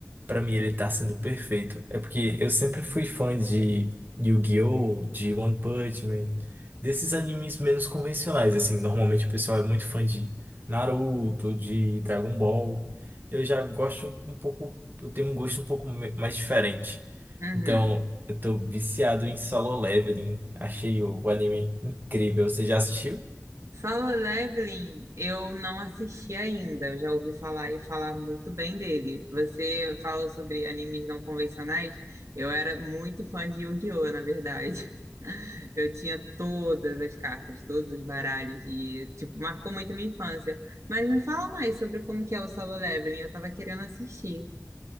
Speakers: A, on the right; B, on the right.
A: Pra mim ele tá sendo perfeito. É porque eu sempre fui fã de Yu-Gi-Oh!, de One Punch Man, desses animes menos convencionais, assim, normalmente o pessoal é muito fã de Naruto, de Dragon Ball. Eu já gosto um pouco, eu tenho um gosto um pouco me- mais diferente.
B: Uhum.
A: Então, eu tô viciado em Solo Leveling. Achei o o anime incrível. Você já assistiu?
B: Solo Leveling, eu não assisti ainda. Eu já ouvi falar e falar muito bem dele. Você falou sobre animes não convencionais. Eu era muito fã de Yu-Gi-Oh, na verdade. <laughs> Eu tinha todas as cartas, todos os baralhos e, tipo, marcou muito a minha infância. Mas me fala mais sobre como que é o Solo Leveling. Eu tava querendo assistir.